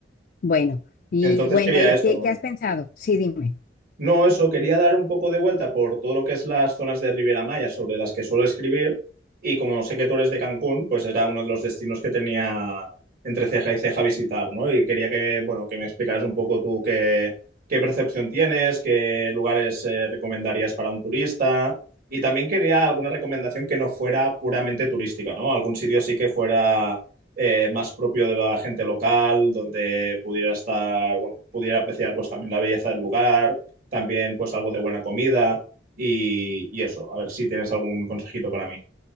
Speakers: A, on the left (about 50°); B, on the right (about 50°).
A: Bueno, y
B: Entonces
A: bueno,
B: quería
A: ¿y
B: eso.
A: qué, qué has pensado? Sí, dime.
B: No, eso, quería dar un poco de vuelta por todo lo que es las zonas de Riviera Maya sobre las que suelo escribir y como sé que tú eres de Cancún, pues era uno de los destinos que tenía entre ceja y ceja visitar, ¿no? Y quería que, bueno, que me explicaras un poco tú qué, qué percepción tienes, qué lugares eh, recomendarías para un turista y también quería alguna recomendación que no fuera puramente turística, ¿no? Algún sitio sí que fuera eh, más propio de la gente local, donde pudiera estar, bueno, pudiera apreciar pues también la belleza del lugar también pues algo de buena comida y, y eso, a ver si tienes algún consejito para mí.